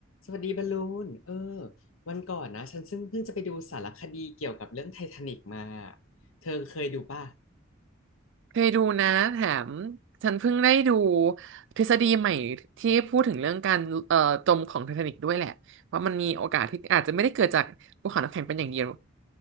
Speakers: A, on the left; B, on the right.
A: สวัสดีบอลลูนเออวันก่อนนะฉันซึ่งเพิ่งจะไปดูสารคดีเกี่ยวกับเรื่องไททานิกมาเธอเคยดูป่ะ
B: เคยดูนะแถมฉันเพิ่งได้ดูทฤษฎีใหม่ที่พูดถึงเรื่องการเอ่อจมของไททานิกด้วยแหละว่ามันมีโอกาสที่อาจจะไม่ได้เกิดจากภูเขาน้ำแข็งเป็นอย่างเดียว